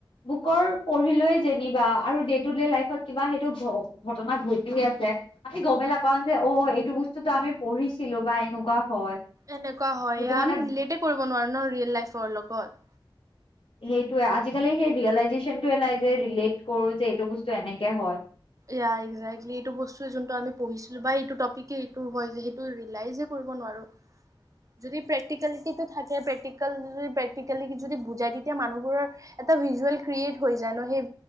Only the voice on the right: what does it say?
এনেকুৱা হয়
আমি ৰিলেট কৰিব নোৱাৰো ন ৰিয়েল লাইফৰ লগত।
য়া এক্জেক্টলি, এটো বস্তু যোনটো আমি পঢ়িছিলো বা এইটো টপিক এইটো হয় যে। সেইটো ৰিলায়জ যে কৰিব নোৱাৰো ।যদি প্ৰেক্টিকেল যদি থাকে। প্ৰেক্টিকেল যদি থাকে প্ৰেক্টিকেলি বুজায় তেতিয়া মানুহ বোৰৰ এটা ভিজেল্ৰেট ক্ৰীয়েট হৈ যায় ন সেই